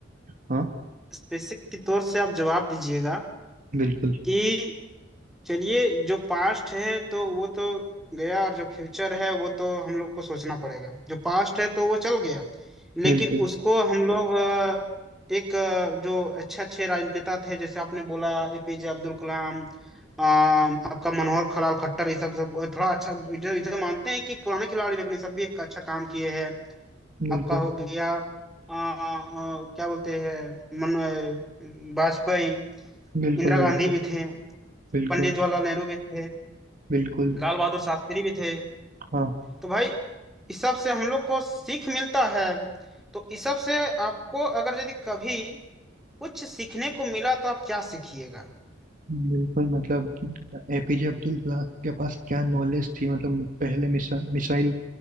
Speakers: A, on the right; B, in the centre.
A: हाँ
B: स्पेसिफिक के तौर से आप जवाब दीजिएगा
A: बिल्कुल
B: कि चलिए जो पास्ट है तो वो तो गया और जो फ्यूचर है वो तो हम लोग को सोचना पड़ेगा जो पास्ट है तो वो चल गया लेकिन
A: बिल्कुल
B: उसको हम लोग अ, एक अ, जो अच्छे अच्छे राजनेता थे जैसे आपने बोला एपीजे अब्दुल कलाम अ, आपका मनोहर खलाल खट्टर ये सब सब थोड़ा अच्छा इधर इधर मानते हैं कि पुराने खिलाड़ी लेकिन ये सब भी एक अच्छा काम किए हैं
A: बिल्कुल
B: आपका हो गया अ, अ, क्या बोलते हैं मन अ, वाजपेयी इंदिरा
A: बिल्कुल
B: गांधी
A: बिल्कुल
B: भी थे
A: बिल्कुल
B: पंडित जवाहरलाल नेहरू भी थे
A: बिल्कुल
B: लाल बहादुर शास्त्री भी थे
A: हाँ
B: तो भाई इस सब से हम लोग को सीख मिलता है तो इस सब से आपको अगर यदि कभी कुछ सीखने को मिला तो आप क्या सीखिएगा
A: बिल्कुल मतलब एपीजे अब्दुल कलाम के पास क्या नॉलेज थी मतलब पहले मिसा, मिसाइल